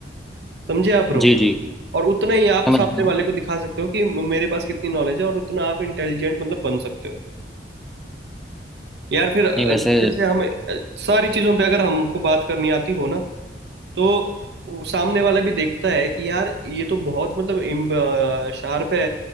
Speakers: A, on the right (about 65°); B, in the centre.
A: समझे आप ब्रो
B: जी जी
A: और उतना ही आप
B: समझ
A: सामने
B: रहा हूँ
A: वाले को दिखा सकते हो कि म- मेरे पास कितनी नॉलेज है और उतना आप इंटेलिजेंट मतलब बन सकते हो यार फिर अ,
B: नहीं वैसे
A: जैसे हम अ, सारी चीजों पे अगर हमको बात करनी आती हो ना तो वो सामने वाला भी देखता है कि यार ये तो बहुत मतलब शार्प है